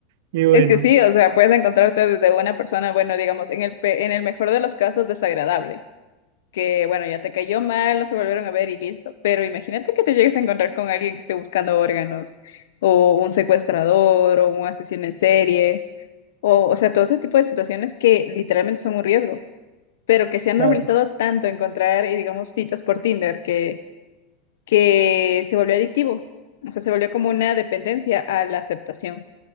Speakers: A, on the right; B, on the left.
A: Y bueno,
B: Es que sí, o sea, puedes encontrarte desde una persona, bueno, digamos, en el, pe- en el mejor de los casos desagradable, que bueno, ya te cayó mal, no se volvieron a ver y listo, pero imagínate que te llegues a encontrar con alguien que esté buscando órganos, o un secuestrador, o un asesino en serie, o, o sea, todo ese tipo de situaciones que literalmente son un riesgo. pero que se han
A: claro.
B: normalizado tanto encontrar, eh, digamos, citas por Tinder que, que se volvió adictivo. O sea, se volvió como una dependencia a la aceptación.